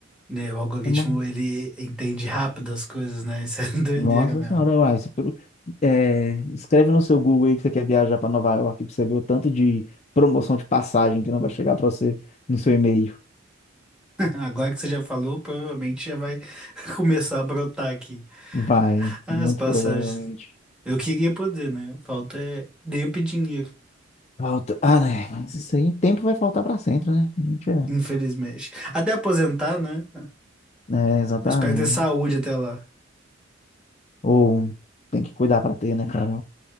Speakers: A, in the centre; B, on the left.
A: Né, o algoritmo
B: É, mano.
A: ele entende rápido as coisas, né? Isso é <laughs> doideira
B: Nossa
A: mesmo.
B: senhora, uai, isso pelo- é, escreve no seu Google aí que você quer viajar para Nova York, pra você ver o tanto de promoção de passagem que não vai chegar para você no seu e-mail.
A: <laughs> Agora que você já falou, provavelmente já vai <laughs> começar a brotar aqui
B: Vai,
A: as
B: muito
A: passagens.
B: provavelmente.
A: Eu queria poder, né? Falta é tempo e dinheiro,
B: Falta... Ah, né? Mas isso aí, tempo vai faltar pra sempre, né? A gente é.
A: infelizmente. Até aposentar, né?
B: É, exatamente.
A: Eu espero ter saúde até lá.
B: Ou tem que cuidar pra ter, né, cara?